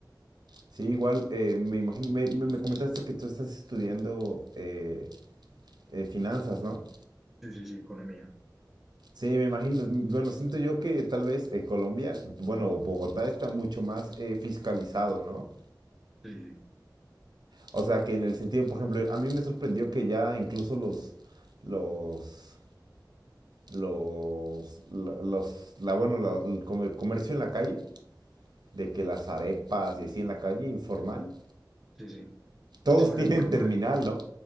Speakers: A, on the right (about 65°); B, in the centre.
A: Sí, igual eh, me imagino, me, me- me comentaste que tú estás estudiando eh, eh, finanzas, ¿no?
B: Sí, sí, sí, economía.
A: Sí, me imagino, mm, bueno, siento yo que tal vez eh, Colombia, bueno, Bogotá está mucho más eh, fiscalizado, ¿no?
B: Sí, sí,
A: O sea, que en el sentido, por ejemplo, a mí me sorprendió que ya incluso los, los, los, los la, bueno, la- el comercio en la calle, de que las arepas y así en la calle, informal,
B: sí, sí.
A: todos
B: Se vuelve
A: <laughs> tienen
B: formal.
A: terminal, ¿no?